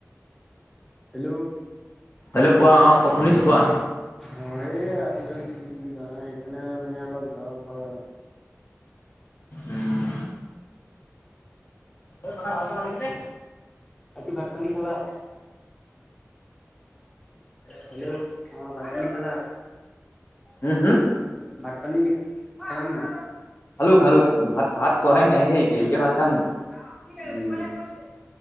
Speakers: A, in the centre; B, on the left.
A: হেল্ল'?
B: হেল্ল' কোৱা অ' শুনিছোঁ কোৱা?
A: অ' এই আজিকালি য জানা সেইকাৰণে মানে অলপ জৰ হয় আৰু।
B: উম অ' কথা ভালকৈ পাতিবি নে?
A: বাকী ভাত পানী খালা হেল্ল'? অ' ভাত পানী খেলা,
B: উম হম
A: ভাত পানী খেলা নাই?
B: খালো খালো, ভাত ভাত খোৱাই নাই হেই এতিয়া এতিয়া ভাত খাম নেকি।
A: অ কি তে কৈছে।